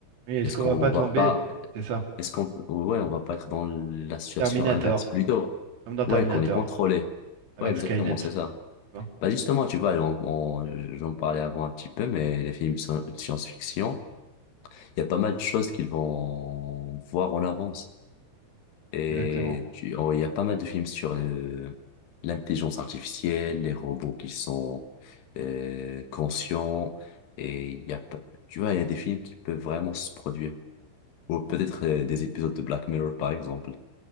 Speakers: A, on the right (about 80°); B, on the left (about 65°).
A: Mais est-ce
B: Est-ce
A: qu'on
B: qu'on
A: va pas
B: va
A: tomber?
B: pas,
A: C'est ça.
B: est-ce qu'on, ouais, on va pas être dans la situation
A: Terminator,
B: inverse plutôt?
A: comme dans
B: Ouais,
A: Terminator,
B: qu'on est contrôlé.
A: avec
B: Ouais, exactement,
A: Skynet. tu
B: c'est ça.
A: vois
B: Bah justement, tu vois, on- on- j'en parlais avant un petit peu, mais les films de science-fiction, il y a pas mal de choses qu'ils vont voir en avance. Et
A: Exactement.
B: tu, oh, il y a pas mal de films sur le- l'intelligence artificielle, les robots qui sont euh, conscients, et il y a, pas- tu vois, il y a des films qui peuvent vraiment se produire. Ou peut-être euh, des épisodes de Black Mirror, par exemple.